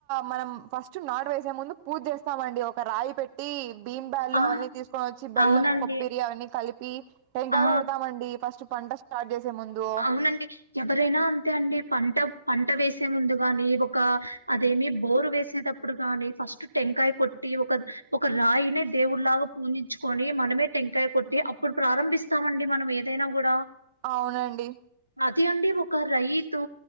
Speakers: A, on the right; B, on the right.
A: మనం ఫస్ట్ నాటు వేసే ముందు పూజ చేస్తా అండి ఒక రాయి పెట్టి బీంబ్యాలు
B: ఆ
A: అవన్నీ తీసుకొని వచ్చి బెల్లం
B: అవునండి
A: కొబ్బరి అవన్నీ కలిపి టెంకాయ
B: ఆ
A: కొడతామండి ఫస్ట్ పంట స్టార్ట్ చేసే ముందు
B: అవునండి ఎవరైనా అంతే అండి పంట పంట వేసే ముందు గాని ఒక అదేమి బోరు వేసే టప్పుడు గాని ఫస్ట్ టెంకాయ కొట్టి ఒక ఒక రాయినే దేవుడిలాగా పూజించుకొని మనమే టెంకాయ కొట్టి అప్పుడు ప్రారంభిస్తామండి మనం ఏదైనా కూడా
A: అవునండి
B: అది అండి ఒక రైతు